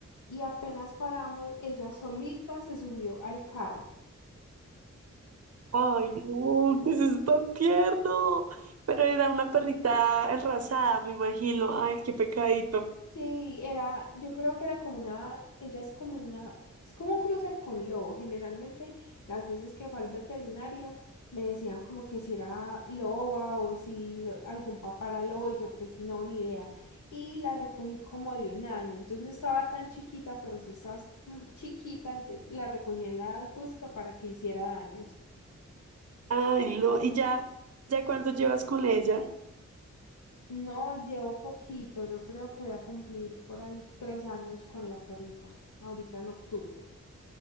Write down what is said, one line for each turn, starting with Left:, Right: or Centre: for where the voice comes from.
Left: Y apenas paramos, ella solita se subió al carro.
Right: Ay, no, que eso es tan tierno. Pero era una perrita enrasada, me imagino. Ay, qué pecadito.
Left: Sí, era, yo creo que era como una, ella es como una, es como un cruce con lobo. Generalmente las veces que fue al veterinario me decían como que si era loba o si lo- algún papá era lobo y yo pues no, ni idea. Y la recogí como de un año, entonces no estaba tan chiquita, pero sí estaba mm, chiquita, entonces la recogí en la edad justa para que hiciera daños.
Right: Ay, no. ¿Y ya, ya cuánto llevas con ella?
Left: No, llevo poquito, yo creo que voy a cumplir por ahí tres años con la perrita, ahorita en octubre.